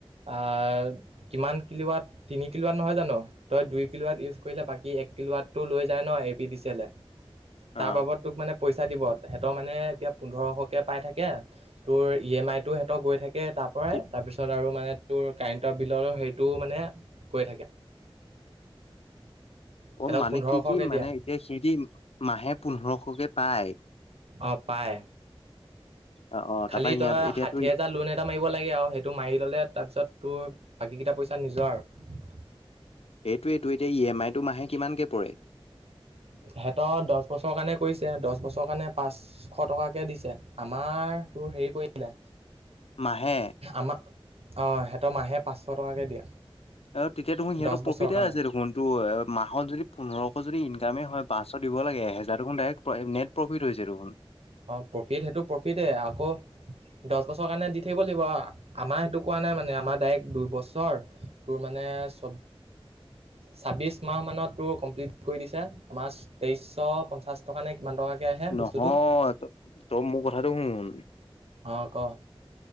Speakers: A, on the right; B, on the left.
A: আহ কিমান কিলাত তিনি কিলাত নহয় জানো তই দুই কিলোৱাত ইউজ কৰিলে বাকী টো লৈ যায় ন A P D C L এ তাৰ
B: অ
A: বাবদ তোক মানে। <unintelligible> পইচা দিব সিহতৰ মানে এতিয়া পোন্ধৰশকে পাই থাকে তোৰ ই এম আই টো সিহতৰ গৈ থাকে। তাৰ পৰাই
B: কি
A: তাৰ পিছত আৰু মানে তোৰ কাৰেণ্টৰ বিললৈ সেইটো মানে গৈ থাকে। সিহঁতক
B: অ, মানে
A: পোন্ধৰশকে
B: কি - কি মানে
A: দিয়ে
B: এতিয়া সেইতি মাহে পোন্ধৰশকে পায়।
A: অ, পায়।
B: অ অ
A: খালি
B: তাৰপৰা সিহঁত
A: তই
B: এতিয়াতো
A: ষাঠি হেজাৰ লোন এটা মাৰিব লাগে আৰু সেইটো মাৰি ললে তাৰপিছত তোৰ বাকীকিতা পইচা নিজৰ আৰু।
B: এইটোয়েটো এতিয়া ই এম আইটো মাহে কিমানকে পৰে?
A: সিহঁতৰ দ'চ বছৰ কাৰণে কৰিছে দ'চ বছৰ কাৰণে পাঁচশ টকাকে দিছে আমাৰ তোৰ হেৰি কৰিলো
B: মাহে
A: আমাৰ অ', সিহঁতৰ মাহে পাঁচশ টকাকে দিয়ে।
B: অ', তেতিয়া দেখোন সিহঁতৰ
A: দহ বছৰৰ
B: প্ৰফিটে
A: কাৰণে
B: আছে দেখোন টো এ মাহত যদি পোন্ধৰ যদি ইনকামে হয় পাঁচশ দিব লাগে, এহেজাৰ দেখোন ডৰেক্ট নেট প্ৰফিট হৈযাই দেখোন।
A: অ, প্ৰফিট সেইটো প্ৰফিতে আকৌ দ'চ বছৰ কাৰণে দি থাকিব লাগিব, আমাৰ সেইটো কৰা নাই মানে আমাৰ ডাইৰেক্ট দুইবছৰ তোৰ মানে মানে চব ছাব্বিছ মাহ মানতোৰ কমপ্লিট কৰি দিছে, আমাৰ তেইছশ পঞ্চাছ টকা নে কিমান টকাকৈ আহে
B: নহয়
A: বস্তুটো?
B: তই মোৰ কথাটো শুন।
A: অ', ক